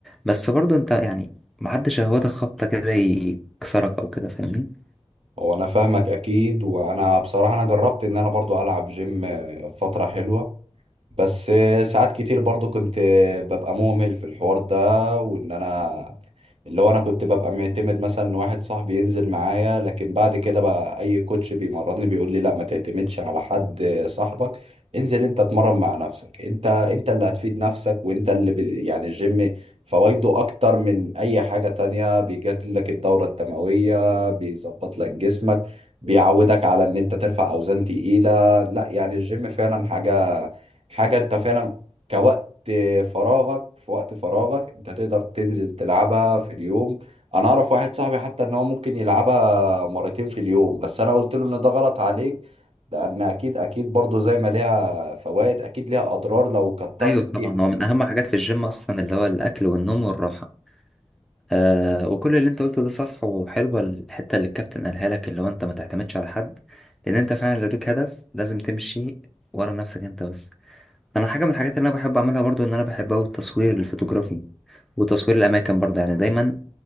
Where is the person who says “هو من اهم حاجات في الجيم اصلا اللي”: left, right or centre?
Centre